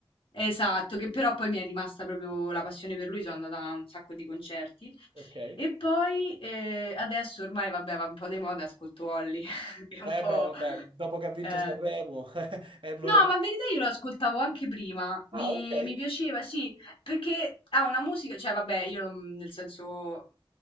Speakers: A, on the left; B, on the right.
A: Esatto, che però poi mi è rimasta proprio la passione per lui, sono andata a un sacco di concerti.
B: Ok. Eh
A: E poi eh, adesso ormai, vabbè, va un po' di moda, ascolto Holly, <laughs> che è un
B: beh,
A: po'...
B: vabbè, dopo che ha vinto
A: eh,
B: Sanremo <laughs> è normale.
A: No, ma in verità io lo ascoltavo anche prima,
B: Ah,
A: mi,
B: ok.
A: mi piaceva, sì, perché ha una musica, cioè vabbè, io non- nel senso